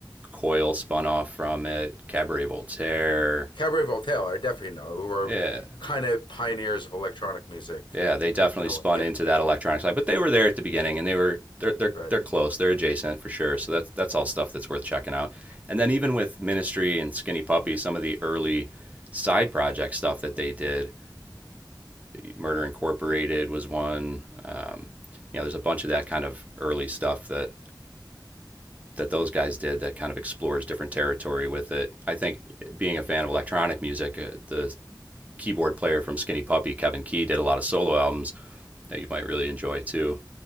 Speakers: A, on the right (about 20°); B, on the left (about 80°).
A: Coil spun off from it, Cabaret Voltaire.
B: Cabaret Voltaire, I definitely know, who are
A: Yeah,
B: kind of pioneers of electronic music
A: yeah, they definitely
B: in a
A: spun
B: way. Yeah.
A: into that electronic side, but they were there at the beginning and they were they're they're
B: Right.
A: they're close, they're adjacent for sure. So that's that's all stuff that's worth checking out. And then even with Ministry and Skinny Puppy, some of the early side project stuff that they did, Murder Incorporated was one. Um, you know, there's a bunch of that kind of early stuff that that those guys did that kind of explores different territory with it. I think being a fan of electronic music, uh, the keyboard player from Skinny Puppy, Kevin Key, did a lot of solo albums that you might really enjoy too.